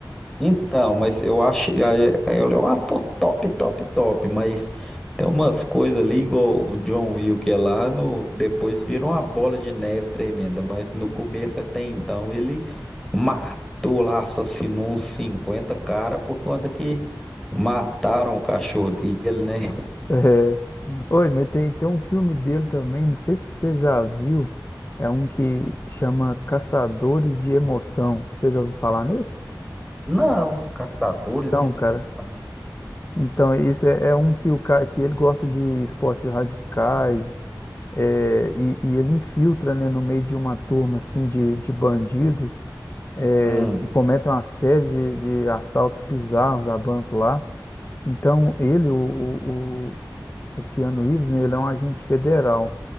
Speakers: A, in the centre; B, on the left (about 35°).
A: Então, mas eu acho. aí- aí Ele é um ator top, top, top. Mas tem umas coisas ali, igual o John Wick que é lá, no, depois vira uma bola de neve tremenda. Mas no começo até então, ele matou lá, assassinou uns 50 cara por conta que mataram o cachorro dele, né?
B: É. Oi, mas tem, tem um filme dele também, não sei se você já viu, é um que chama Caçadores de Emoção. Você já ouviu falar nesse?
A: Não, caçadores
B: Então,
A: de emoção.
B: cara, então esse é, é um que o cara que ele gosta de esportes radicais, é, e, e ele infiltra, né, no meio de uma turma assim de, de bandidos é,
A: Hum,
B: que cometem uma série de, de assaltos bizarros a banco lá. Então, ele, o, o, o o Keanu Reeves, né, ele é um agente federal.